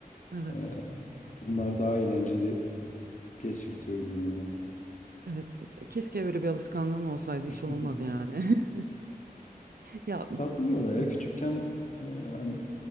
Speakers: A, on the right; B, on the left.
A: Evet.
B: Ee, bunlar daha eğlenceli geçirtiyor günümü.
A: Evet. Keşke öyle bir alışkanlığım olsaydı hiç
B: <laughs>
A: olmadı yani. <laughs> Ya
B: Tatlı bir olay
A: bi-
B: ya. Küçükken e, hani